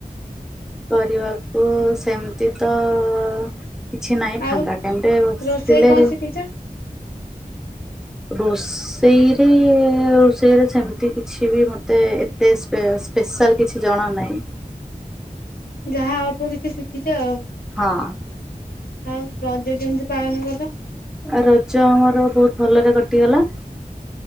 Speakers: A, in the centre; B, on the left.
A: କରିବାକୁ ସେମିତି ତ କିଛି ନାହିଁ
B: ଆଉ
A: ଫାଙ୍କା ଟାଇମ୍ ରେ ବସିଥିଲେ।
B: ରୋଷେଇ କଣ ଶିଖିଛ
A: ରୋଷେଇରେ ରୋଷେଇରେ ସେମିତି କିଛି ବି ମତେ ଏତେ ସ୍ପେଶାଲ୍ କିଛି ଜଣା ନାହିଁ।
B: ଯାହା ଅଳ୍ପ କିଛି ଶିଖିଚ ଆଉ।
A: ହଁ।
B: ଆଉ ରଜ କେମିତି ପାଳନ କଲ?
A: ଆ ରଜ ଆମର ବହୁତ ଭଲରେ କଟିଗଲା।